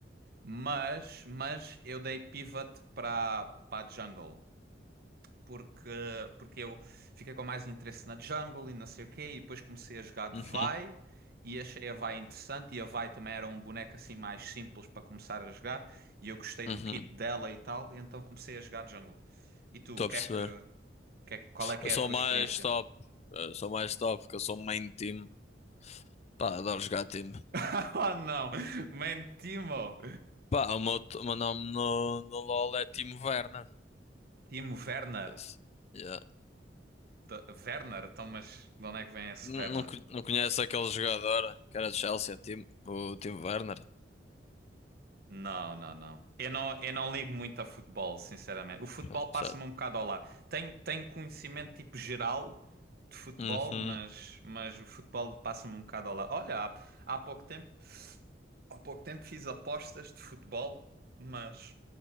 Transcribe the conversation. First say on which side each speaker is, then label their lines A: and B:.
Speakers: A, on the right; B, on the left.
A: Mas, mas eu dei pivot para para a Jungle. porque, porque eu fiquei com mais interesse na jungle e não sei o quê, e depois comecei a jogar de
B: uhum,
A: Vi e achei a Vi interessante, e a Vi também era um boneco assim mais simples para começar a jogar, e eu gostei
B: uhum.
A: do kit dela e tal, e então comecei a jogar de jungle. E tu,
B: Estou
A: o que
B: a perceber.
A: é que, o que é que- qual é que
B: Eu
A: é
B: sou
A: a tua
B: mais
A: experiência?
B: top. Eu sou mais top, porque eu sou main team. Pá, adoro jogar time.
A: <laughs> Oh não, man, Timo,
B: Pá, o meu, o meu nome no, no LoL é Timo Werner.
A: Timo Werner,
B: Por isso, yeah.
A: De- Werner, então mas de onde é que vem esse
B: Não,
A: Werner?
B: não, co- não conheço aquele jogador que era de Chelsea, Timo, o Timo Werner.
A: Não, não, não. Eu não, eu não ligo muito a futebol, sinceramente. O futebol
B: Pronto,
A: passa-me
B: já.
A: um bocado ao lado. Tenho, tenho conhecimento tipo geral de futebol,
B: Uhum,
A: mas, mas o futebol passa-me um bocado ao lado. Olha, há, há pouco tempo, há pouco tempo fiz apostas de futebol, mas